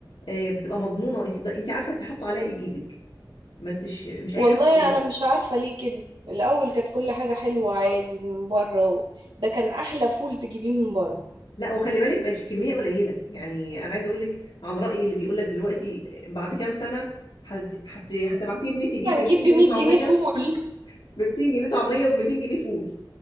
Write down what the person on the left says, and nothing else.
آه، بتبقى مضمونه انت انت عارفه انت حاطه عليها ايه بايدك ما انتش مش
اي حاجه خلاص.
لا وخلي بالك بقت الكميه قليله يعني انا عايزه اقول لك على الراي اللي بيقول لك دلوقتي بعد كام سنه هت- هت- هتبعتي ابنك يجيب
ب 200
جنيه
طعميه
ب 200 جنيه طعميه وب 200 جنيه فول